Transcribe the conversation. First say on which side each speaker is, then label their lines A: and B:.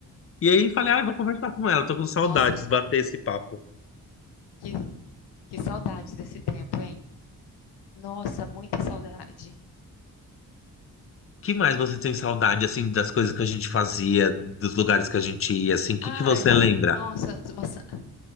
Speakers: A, on the left (about 35°); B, on the left (about 80°).
A: E aí falei, ah, vou conversar com ela, tô com saudades,
B: Nossa,
A: de bater esse papo.
B: que, que saudades desse tempo, hein? Nossa, muita saudade.
A: Que mais você tem saudade, assim, das coisas que a gente fazia, dos lugares que a gente ia, assim, o que
B: Ai,
A: que você lembra?
B: nossa, nossa,